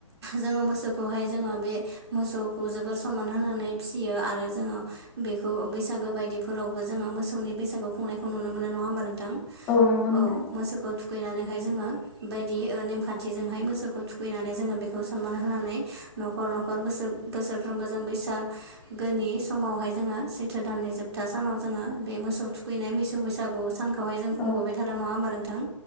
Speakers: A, on the right; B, on the left.
A: जोङो मोसौखौहाय जोङो बे मोसौखौ जोबोर सनमान होनानै फिसियो आरो जोङो। बेखौ बैसागो बायदिफोरावबो जोङो मोसौनि बैसागो खुंनायखौ नुनो मोनो नङा होनब्ला
B: नंगौ नोंथां
A: औ मोसौखौ थुखैनानैहाय जोङो बे बायदि नेमखान्थिजोंहाय मोसौखौ थुखैनानै जोङो बे सनमान होनानै न'खर न'खर बोसोरफ्रोमबो जों बैसागोनि समावहाय जोङो सैथो दाननि जोबथा सानाव जोङो बे मोसौ थुखैनाय मैसौ बैसागु सान खौहाय जों
B: औ
A: खुंबोबाय थादों नङा होनबा नोंथां